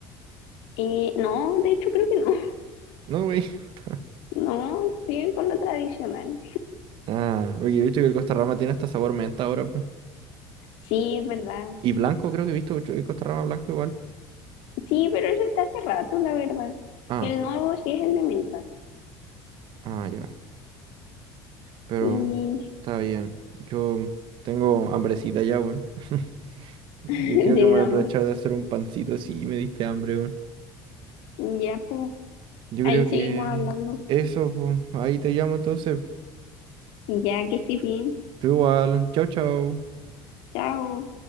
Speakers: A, on the left; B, on the right.
A: Eh, no, de hecho creo que no. <laughs>
B: No, güey. <laughs>
A: No, siguen con lo tradicional.
B: Ah, porque he visto que el Costa Rama tiene hasta sabor menta ahora. po.
A: Sí, es verdad.
B: Y blanco, creo que he visto que el Costa Rama blanco igual.
A: Sí, pero eso está hace rato, la verdad.
B: Ah,
A: El nuevo sí es el de menta.
B: ah, ya. Pero
A: Y
B: está bien. Yo tengo hambrecita ya, weón. <laughs> Así
A: <laughs>
B: que creo
A: de
B: que me voy
A: hambre.
B: a aprovechar de hacer un pancito si me diste hambre, weón.
A: Ya, pues,
B: Yo
A: ahí
B: creo que
A: seguimos hablando.
B: eso, pues. Ahí te llamo entonces.
A: Ya que estés bien.
B: Tú igual. Chao, chao.
A: Chao.